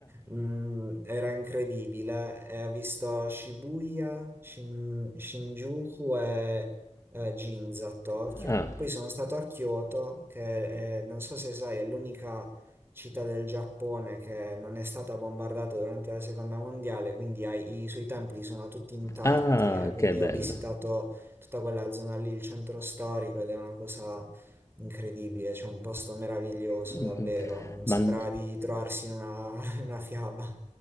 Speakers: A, on the right (about 20°); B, on the left (about 25°).
A: Mm, era incredibile. E ho visto Shibuya, Shin- Shinjuku e eh, Ginza a Tokyo.
B: Ah.
A: Poi sono stato a Kyoto, che eh, non so se sai, è l'unica città del Giappone che non è stata bombardata durante la seconda mondiale, quindi ha- i suoi templi sono tutti intatti
B: Ah,
A: e quindi
B: che bello.
A: ho visitato tutta quella zona lì, il centro storico, ed è una cosa Incredibile, c'è un posto meraviglioso,
B: Mhm.
A: davvero. Mi
B: Ma
A: sembrava
B: hanno
A: di trovarsi in una, <laughs> in una fiaba.